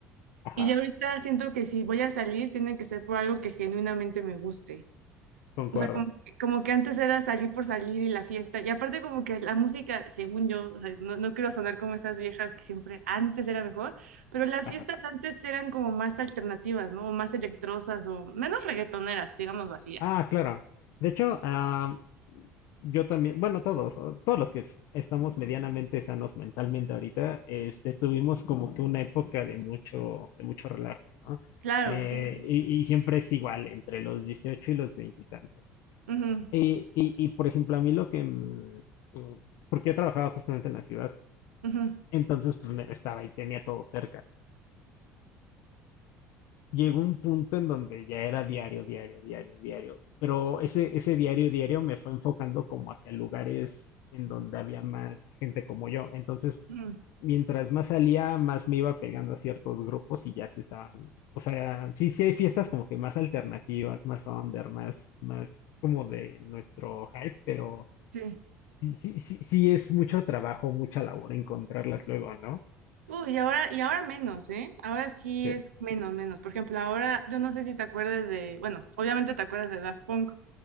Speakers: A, on the left; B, on the right.
A: Ajá,
B: Y, tantos. Y ya ahorita siento que si voy a salir, tiene que ser por algo que genuinamente me guste.
A: concuerdo.
B: O sea, como que, como que antes era salir por salir y la fiesta. Y aparte como que la música, según yo, o sea, no, no quiero sonar como esas viejas que siempre antes era mejor, pero las
A: Ajá.
B: fiestas antes eran como más alternativas, ¿no? O más electrosas o menos reggaetoneras, digámoslo así ya.
A: Ah, claro. De hecho, ah, yo también, bueno, todos, o todos los que es- estamos medianamente sanos mentalmente ahorita, este, tuvimos como que una época de mucho, de mucho relajo, ¿no?
B: Claro,
A: Eh,
B: sí. sí.
A: y, y siempre es igual, entre los 18 y los 20 y tantos.
B: Ujú,
A: Y, y, y, por ejemplo, a mí lo que, mm, mm, porque yo trabajaba justamente en la ciudad,
B: ujú,
A: entonces pues me- estaba y tenía todo cerca llegó un punto en donde ya era diario, diario, diario, diario. Pero ese, ese diario, diario me fue enfocando como hacia lugares en donde había más gente como yo. Entonces,
B: ujú,
A: mientras más salía, más me iba pegando a ciertos grupos y ya se estaban. O sea, sí, sí hay fiestas como que más alternativas, más under, más, más como de nuestro hype, pero
B: sí.
A: sí, sí, sí, sí es mucho trabajo, mucha labor encontrarlas luego, ¿no?
B: Uy, y ahora, y ahora menos, ¿eh? Ahora sí
A: Sí,
B: es menos, menos. Por ejemplo, ahora yo no sé si te acuerdas de, bueno, obviamente te acuerdas de Daft Punk.